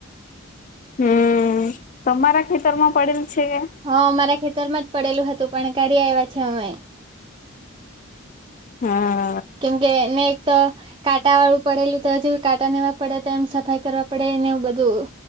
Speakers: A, on the left; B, on the right.
A: હું તમારા ખેતર માં પડેલ છે કે?
B: હા અમારા ખેતર માં જ પડેલું હતું પણ કાઢી આવ્યા છે અમે.
A: હા.
B: કેમ કે ને એકતો કાંટા વાળું પડેલું તો હ જે કાટા નેવા પડે તો એમ સફાઈ કરવા પડે ને એવું બધું.